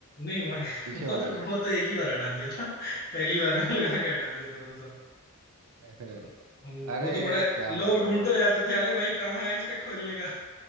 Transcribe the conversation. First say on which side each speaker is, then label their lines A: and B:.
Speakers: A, on the left; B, on the right.
A: नहीं वह-
B: पीछे
A: <laughs>
B: वाला
A: वो तो
B: गेट
A: वो तो एक ही बार हटा दिया था पहली बार में लगा के हटा दिया था वो तो सब
B: <laughs>
A: तो हम्म,
B: अरे
A: वो तो बड़ा
B: क्या
A: लोग
B: बताओ
A: ढूंढते
B: मतलब
A: रह जाते थे अरे भाई कहाँ है इसका खोलने का